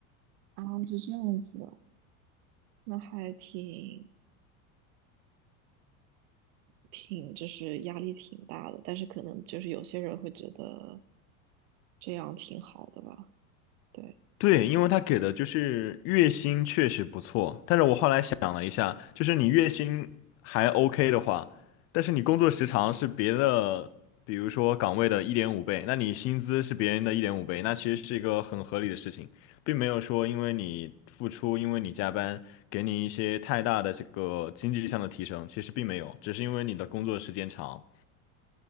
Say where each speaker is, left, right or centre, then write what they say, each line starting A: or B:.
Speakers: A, on the right; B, on the left.
A: 啊，就这样子的，那还挺挺，就是压力挺大的，但是可能就是有些人会觉得这样挺好的吧，对，
B: 对，因为他给的就是月薪确实不错，但是我后来想了一下，就是你月薪还 OK 的话，但是你工作时长是别的，比如说岗位的一点五倍，那你薪资是别人的一点五倍，那其实是一个很合理的事情，并没有说因为你付出，因为你加班，给你一些太大的这个经济上的提升，其实并没有，只是因为你的工作时间长。